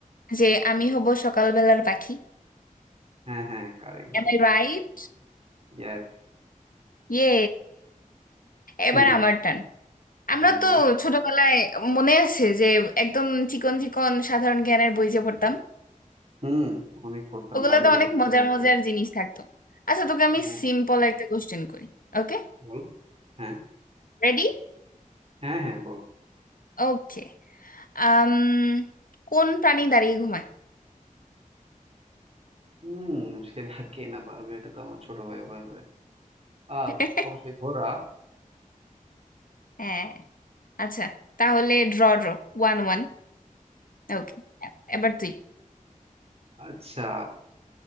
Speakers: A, on the left; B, on the right.
A: যে আমি হব সকালবেলার পাখি
B: হ্যাঁ হ্যাঁ কারেক্ট বলছস
A: Am I right
B: ইয়েস
A: ইয়ে এবার
B: হুম
A: আমার টান আমরা
B: হ্যাঁ
A: তো
B: বল
A: ছোটবেলায় মনে আছে যে একদম চিকন চিকন সাধারণ জ্ঞানের বই যে পড়তাম
B: হুম অনেক করতাম
A: ওগুলোতে
B: মাইরো খাইতাম
A: অনেক
B: ছোটবেলা
A: মজার মজার
B: করে
A: জিনিস থাকতো আচ্ছা তোকে আমি
B: হ্যাঁ
A: সিম্পল একটা কোশ্চেন করি ওকে
B: বল হ্যাঁ
A: রেডি
B: হ্যাঁ হ্যাঁ বল
A: ওকে আম কোন প্রাণী দাঁড়িয়ে ঘুমায়
B: হুম সেটা কে না পারবে এটা তো আমার ছোট ভাই পারবে আহ
A: <laughs>
B: অবশ্যই ঘোড়া
A: হ্যাঁ আচ্ছা তাহলে ড্র ড্র ওয়ান ওয়ান ওকে এবার তুই
B: আচ্ছা